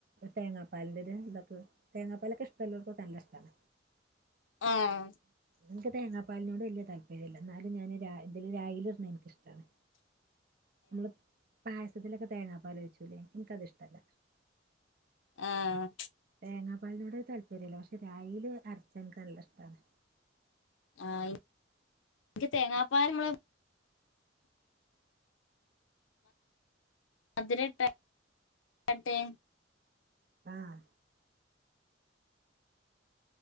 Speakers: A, on the right; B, on the left.
A: തേങ്ങ പാലിന്റെര് ഇതാക്കും തേങ്ങാപ്പാലൊക്കെ ഇഷ്ടല്ലോർക്ക് നല്ല ഇഷ്ടാണ്
B: ആഹ്.
A: എനിക്ക് തേങ്ങാപ്പാലിനോട് വലിയ താല്പര്യല്ല എന്നാലും ഞാൻ ഇതില് രാഗീലിടുന്നെനിക്കിഷ്ടാണ്
B: <inaudible>
A: നമ്മള് പായസത്തിലൊക്കെ തേങ്ങാപ്പാലെച്ചൂലേ എനിക്കത് ഇഷ്ടല്ല
B: ആഹ്
A: തേങ്ങാ പാലിനോട് താല്പര്യല്ല പക്ഷെ രാഗീല് അരച്ചനക്ക് നല്ല ഇഷ്ടാണ്
B: ആ എനിക്ക് തേങ്ങാപ്പാരമ്മള അതിലിട്ട കട്ടെ
A: ആഹ്